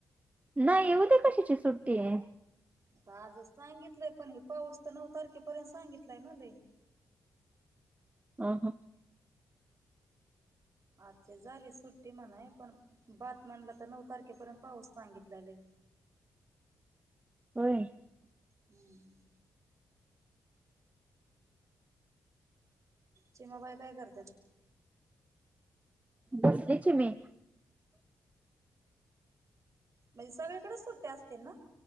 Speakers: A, on the right; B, on the right.
A: न्हाई... उद्या कशाची सुट्टी ए?
B: आता आजच सांगितलंय... पण हे पाऊस तर नऊ तारखेपर्यंत सांगितलाय ना लय
A: हा हं
B: आजची झाली सुट्टी म्हणाय.. पण बातम्यांला तर नऊ तारखेपर्यंत पाऊस सांगितलाय लय
A: होय?
B: हम्म. चिमाबाई काय करत्यात?
A: बसलीय चिमी.
B: म्हणजे सगळीकडेच सुट्ट्या असतील ना?